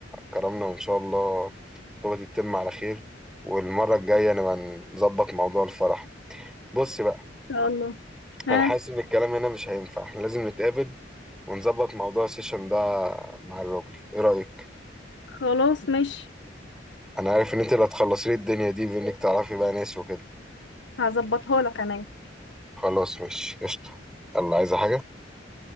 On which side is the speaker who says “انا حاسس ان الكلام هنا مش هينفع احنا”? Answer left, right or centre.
Centre